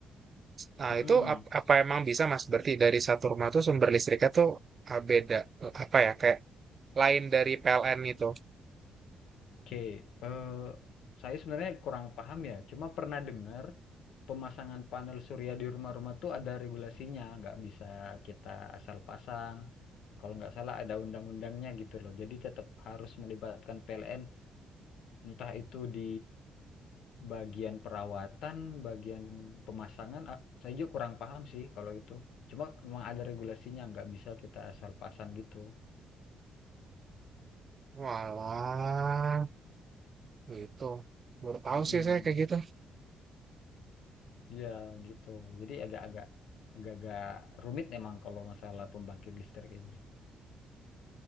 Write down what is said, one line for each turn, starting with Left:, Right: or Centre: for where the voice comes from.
Right: Nah,
Left: Mm-mm.
Right: itu ap- apa emang bisa Mas? Berarti dari satu rumah tuh sumber listriknya tuh ah, beda Eh, apa ya kayak lain dari PLN gitu.
Left: Oke, eh, saya sebenarnya kurang paham ya. Cuma pernah dengar pemasangan panel surya di rumah-rumah tuh ada regulasinya, nggak bisa kita asal pasang. Kalau nggak salah ada undang-undangnya gitu loh. Jadi tetap harus melibatkan PLN, entah itu di bagian perawatan, bagian pemasangan. Ah, Saya juga kurang paham sih kalau itu. Cuma memang ada regulasinya, nggak bisa kita asal pasang gitu.
Right: Walah. Gitu. Baru tahu
Left: Mm-mm.
Right: sih saya kayak gitu.
Left: ya gitu. Jadi agak-agak agak-agak rumit memang kalau masalah pembangkit listrik ini.